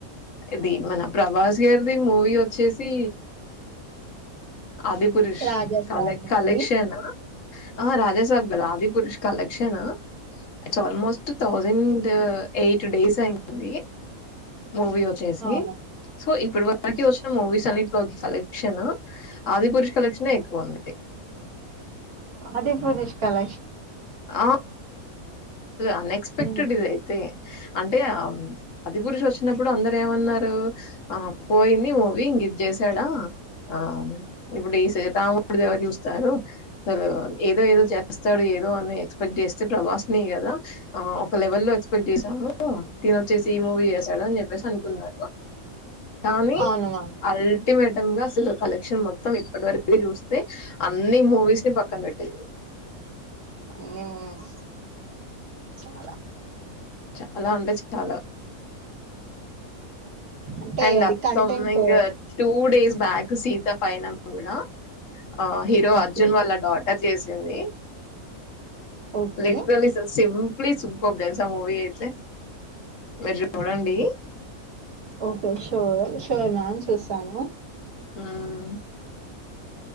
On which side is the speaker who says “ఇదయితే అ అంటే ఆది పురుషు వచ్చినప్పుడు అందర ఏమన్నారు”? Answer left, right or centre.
Left